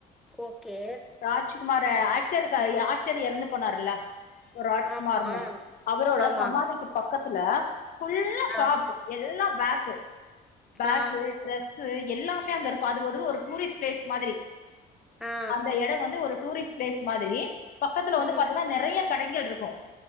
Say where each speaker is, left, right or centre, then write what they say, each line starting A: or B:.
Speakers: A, in the centre; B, on the left (about 55°).
A: ஓகே
B: ராஜ்குமார ஆக்டருக்கா ஆக்டர் எறந்து போனாருல்ல ராஜ்குமார்னு
A: ஆமா
B: அவரோட
A: ஆமா
B: சமாதிக்கு பக்கத்துல ஃபுல்லா
A: ஆமா
B: ஷாப் எல்லா பேக்கு பேக்கு
A: ஆ ஆ
B: ட்ரெஸ் சு எல்லாமே அங்க இருக்கு அது ஒரு ஒரு டூரிஸ்ட் பிளேஸ் மாதிரி
A: ஆ
B: அந்த எட வந்து ஒரு டூரிஸ்ட் பிளேஸ் மாதிரி பக்கத்தில வந்து
A: ம்
B: பாத்திங்னா நெறைய கடைக இருக்கு